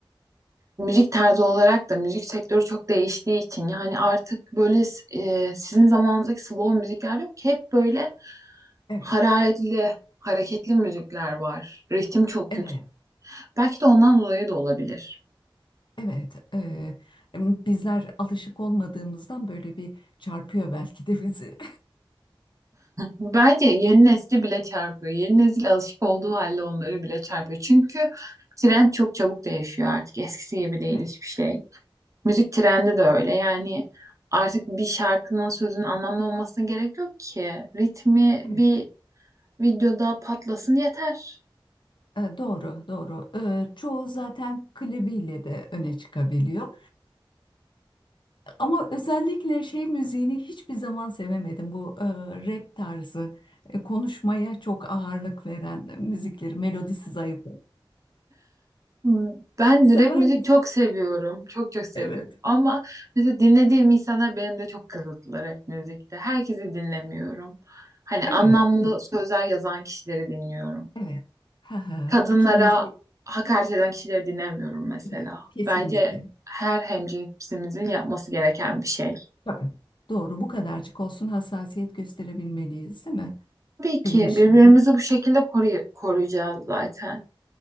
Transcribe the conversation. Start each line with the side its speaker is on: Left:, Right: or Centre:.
Right: müzik tarzı olarak da müzik sektörü çok değiştiği için yani artık böyle e, sizin zamanınızdaki slow müzikler yok ki hep böyle
Left: Evet,
Right: hararetli, hareketli müzikler var. Ritim çok
Left: evet,
Right: yüksek. Belki de ondan dolayı da olabilir.
Left: evet. E, Bizler alışık olmadığımızdan böyle bir çarpıyor belki de bizi.
Right: Bence yeni nesli bile çarpıyor. Yeni nesil alışık olduğu halde onları bile çarpıyor. Çünkü trend çok çabuk değişiyor artık. Eskisi gibi değil
Left: <laughs>
Right: hiçbir şey. Müzik trendi de öyle. Yani artık bir şarkının sözün anlamlı olmasına gerek yok ki. Ritmi bir
Left: Evet.
Right: videoda patlasın yeter.
Left: E, Doğru, doğru. E, çoğu zaten klibiyle de öne çıkabiliyor. Ama özellikle şey müziğini hiçbir zaman sevemedim. Bu e, rap tarzı, e, konuşmaya çok ağırlık veren müzikleri, melodisi zayıf.
Right: Hmm, Ben
Left: Sever
Right: rap müzik
Left: misin?
Right: çok seviyorum. Çok çok seviyorum.
Left: Evet.
Right: Ama mesela dinlediğim insanlar benim de çok kısıtlı rap müzikte. Herkesi dinlemiyorum. Hani
Left: Evet,
Right: anlamlı
Left: Hı,
Right: sözler yazan kişileri dinliyorum.
Left: evet. Ha ha.
Right: Kadınlara
Left: Kimleri
Right: hakaret eden kişileri dinlemiyorum mesela.
Left: sevdiğini kesinlikle.
Right: Bence her hemcinsimizin yapması gereken bir şey.
Left: Tabii. Doğru, bu kadarcık olsun hassasiyet gösterebilmeliyiz, değil mi?
Right: Tabii ki
Left: Bilinçlilik.
Right: birbirimizi bu şekilde koruy- koruyacağız zaten.